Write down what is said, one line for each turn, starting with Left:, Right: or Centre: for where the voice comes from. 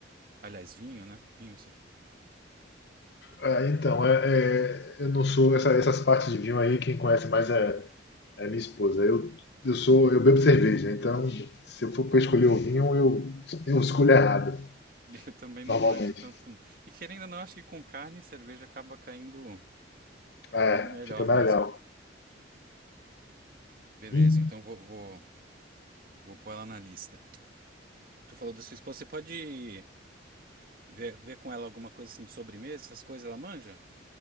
Right: Aliás, vinho, né? Vinho, você...
Left: É, então, é, é, eu não sou. essa- essas partes de vinho aí, quem conhece mais é, é minha esposa. Eu, eu sou. Eu bebo cerveja, então se eu for pra escolher o vinho, eu, eu escolho errado,
Right: <laughs> eu também não
Left: normalmente.
Right: manjo tanto. E querendo ou não, acho que com carne e cerveja acaba caindo,
Left: É,
Right: caindo melhor
Left: fica mais
Right: mesmo.
Left: legal.
Right: Beleza,
Left: Ih,
Right: então vou, vou, vou pôr ela na lista. Tu falou da sua esposa, você pode ver, ver com ela alguma coisa assim de sobremesa, essas coisas, ela manja?